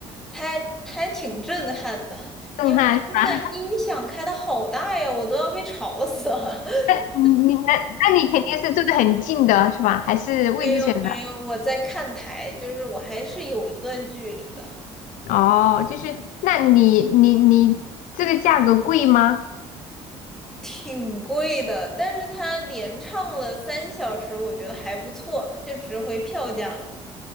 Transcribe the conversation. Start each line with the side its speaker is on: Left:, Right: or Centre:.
Centre: 还还挺震撼的，
Left: 震撼是吧？
Centre: 因为他那个音响开的好大呀，我都要被吵死了。<laughs>
Left: 那你那那你肯定是住的很近的是吧？还是位置选的？
Centre: 没有没有，我在看台，就是我还是有一段距离的。
Left: 哦，就是那你你你这个价格贵吗？
Centre: 挺贵的，但是他连唱了三小时，我觉得还不错，就值回票价了。